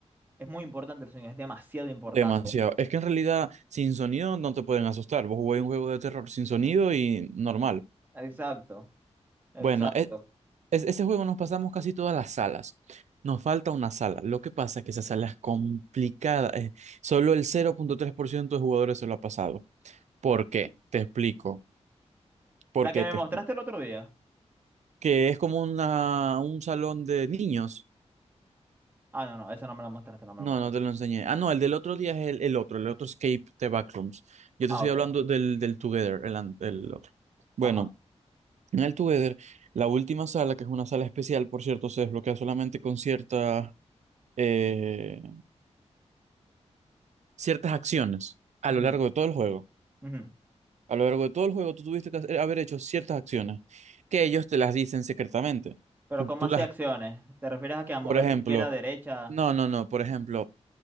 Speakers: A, on the right (about 15°); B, on the right (about 80°).
A: es muy importante el sonido, es demasiado importante.
B: demasiado. Es que en realidad sin sonido no te pueden asustar. Vos jugáis un juego de terror sin sonido y normal.
A: Exacto. Exacto.
B: Bueno, e- es- ese juego nos pasamos casi todas las salas. Nos falta una sala. Lo que pasa es que esa sala es complicada. eh, Solo el cero punto tres por ciento de jugadores se lo ha pasado. ¿Por
A: ¿Qué?
B: qué? Te explico. Porque
A: La que me
B: te
A: mostraste
B: expli-
A: el otro día.
B: que es como una, un salón de niños.
A: Ah, no, no, esa no me la mostraste, no me
B: No,
A: la mostraste.
B: no te lo enseñé. Ah, no, el del otro día es el, el otro, el otro Escape the Backrooms. Yo
A: Ah,
B: te estoy
A: ok.
B: hablando del, del Together, el, an- el otro. Bueno,
A: Ajá.
B: en el Together, la última sala, que es una sala especial, por cierto, se desbloquea solamente con ciertas, eh, ciertas acciones a
A: Ujú,
B: lo largo de todo el juego.
A: ujú.
B: A lo largo de todo el juego, tú tuviste que hacer- haber hecho ciertas acciones que ellos te las dicen secretamente.
A: Pero
B: Tú,
A: ¿cómo
B: tú
A: así
B: las,
A: acciones? ¿Te refieres a que a moverte
B: por ejemplo,
A: izquierda, derecha?
B: no, no, no, por ejemplo,